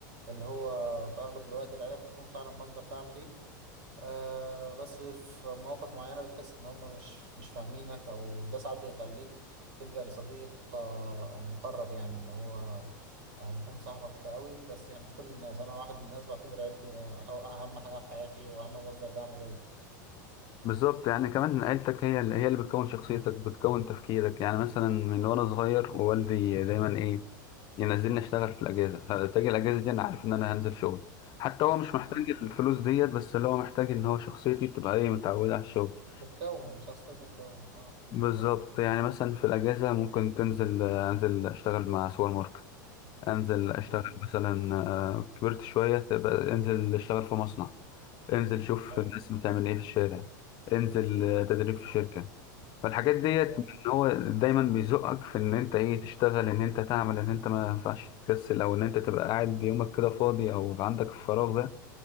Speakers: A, on the right (about 60°); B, on the left (about 40°).
A: اللي هو في اغلب الوقت العيله بتكون فعلا مصدر دعم ليك آه بس في مواقف معينة بتحس إن هم مش مش فاهمينك أو ده ساعات بيخليك تلجأ لصديق آه مقرب يعني اللي هو آه يكون صاحبك قوي بس يعني مش كل الناس أنا واحد من الناس بعتبر عيلتي أو أهم حاجة في حياتي وأهم مصدر دعم ليا
B: بالظبط يعني كمان عيلتك هي اللي هي اللي بتكون شخصيتك بتكون تفكيرك يعني مثلا من وانا صغير ووالدي دايما ايه ينزلني اشتغل في الاجازه فتجي الاجازه دي انا عارف ان انا هنزل شغل حتى هو مش محتاج
A: مم.
B: الفلوس ديت بس اللي هو محتاج ان هو شخصيتي تبقى ايه متعوده على الشغل
A: تتكون شخصيتك تتكون اه
B: بالظبط يعني مثلا في الاجازه ممكن تنزل انزل اشتغل مع سوبر ماركت انزل اشتغل
A: مم.
B: مثلا آه، كبرت شويه تبقى انزل اشتغل في مصنع انزل شوف
A: حلو
B: الناس بتعمل ايه في الشارع انزل آه، تدريب في شركه فالحاجات ديت
A: كان
B: ان هو دايما بيزقك في ان انت ايه تشتغل ان انت تعمل ان انت ما ينفعش تكسل او ان انت تبقى قاعد يومك كده فاضي او عندك الفراغ ده